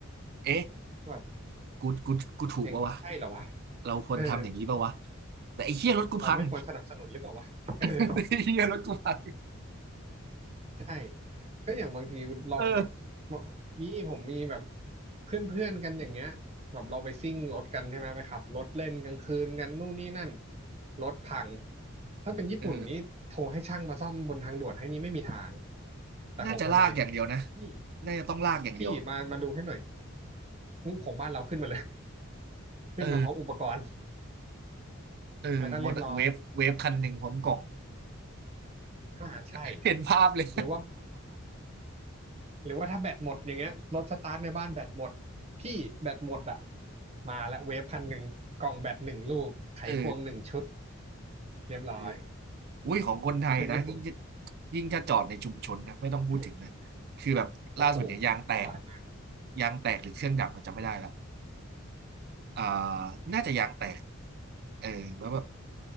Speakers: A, on the right; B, on the right.
A: เอ๊ะ
B: ว่าแบบ
A: กูกูกูถูกปะวะ
B: อย่างนี้ใช่เหรอวะ
A: เราควรทำอย่างนี้ปะวะ
B: เออ
A: แต่ไอ้เหี้ยรถกูพัง
B: เราไม่ควรสนับสนุนหรือเปล่าวะเออ
A: <laughs> ไอ้เหี้ยรถกูพัง
B: ใช่ก็อย่างบางทีลองแบบกมีผมมีแบบ
A: เออ
B: เพื่อนเพื่อนกันอย่างเงี้ยแบบเราไปซิ่งรถกันใช่ไหมไปขับรถเล่นกลางคืนกันนู่นนี่นั่นรถพังถ้าเป็นญี่ปุ่นนี่โทรให้ช่างมาซ่อมบนทางด่วนให้นี่ไม่มีทาง
A: เออ
B: แต่ของคนไทย
A: น่าจะลากอย่างเดียวนะ
B: พี่
A: น่าจะต้องลากอย่างเดียว
B: พี่มามาดูให้หน่อยของบ้านเราขึ้นมาเลย <laughs> ขึ้นมาพร้อมอุปกรณ์
A: เออเออมอเตอร์เวฟเวฟคันหนึ่งพร้อมกล่อง
B: แล้วก็เรียบร้อยอ่าใช่
A: <laughs> เห็นภาพเลย
B: หรือว่า หรือว่าถ้าแบตหมดอย่างเงี้ยรถสตาร์ทในบ้านแบตหมดพี่แบตหมดอ่ะมาละเวฟพันหนึ่งกล่องแบตหนึ่งลูกไขควงหนึ่งชุด
A: เออ
B: เรียบร้อย
A: เออ อุ้ยของคนไทยนะยิ่งจะ
B: ถ้าเป็นญี่ปุ่น
A: ยิ่งจะจอดในชุมชนนะไม่ต้องพูดถึงเลยคือแบบล่าสุดเนี่ยยางแตก
B: <coughs> โอ้โหโอ้โหสบายมาก
A: ยางแตกหรือเครื่องดับมันจำไม่ได้แล้วอ่าน่าจะยางแตกเออแล้วแบบ